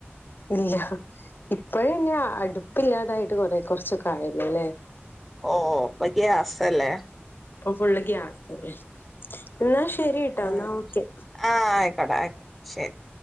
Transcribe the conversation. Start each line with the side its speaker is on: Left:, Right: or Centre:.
Left: ഇല്ല ഇപ്പഴന്നെ അടുപ്പില്ലാതായിട്ട് കൊറെ കൊർച്ചൊക്കായല്ലോ ല്ലേ
Centre: ഓഹ് പ്പ ഗ്യാസ്സല്ലേ
Left: പ്പൊ ഫുള്ള് ഗ്യാസ്സല്ലേ, ന്നാ ശരി ട്ടോ
Centre: ഉം
Left: ന്നാ ഓക്കെ
Centre: ആഹ് ഐക്കോട്ടെ അയ് ശരി